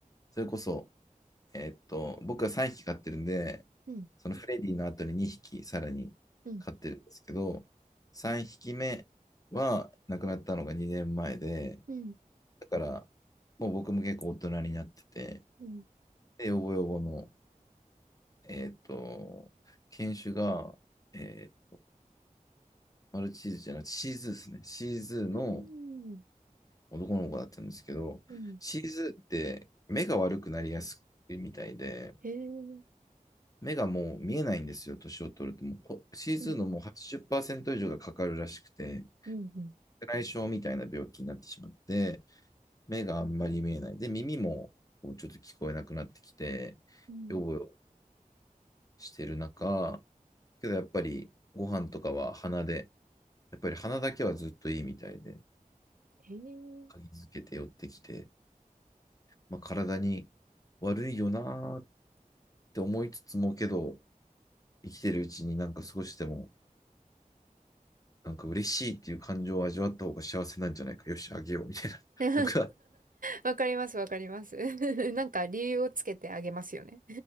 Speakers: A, on the left; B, on the right.
A: それこそ、えーっと、僕は3匹飼ってるんで、
B: うん、
A: そのフレディの後に2匹さらに飼ってるんですけど、
B: うん、
A: 3匹目は亡くなったのが2年前で、
B: うん、
A: だからもう僕も結構大人になってて、
B: うん、
A: で、ヨボヨボの、えーっと、犬種が、えーマルチーズじゃなくてシーズーですね。シーズーの
B: うん、
A: 男の子だったんですけど、
B: うん、
A: シーズーって目が悪くなりやすいみたいで、
B: へえ、う
A: 目がもう見えないんですよ、年を取ると。もうこ C2
B: ん、
A: のもう80%以上がかかるらしくて、
B: うん、
A: 内障みたいな病気になってしまって、目があんまり見えない。で、耳もうちょっと聞こえなくなってきて、
B: うん、
A: よぼしてる中、けどやっぱりご飯とかは鼻で、やっぱり鼻だけはずっといいみたいで、
B: へえ。
A: 嗅ぎつけて寄ってきて、まあ、体に悪いよなーって思いつつもけど、生きてるうちになんか少しでもなんか嬉しいっていう感情を味わった方が幸せなんじゃないか。よし、あげよう、みたいな。<laughs>
B: <laughs>
A: 僕は。
B: わかります、わかります。<laughs> なんか理由をつけてあげますよね。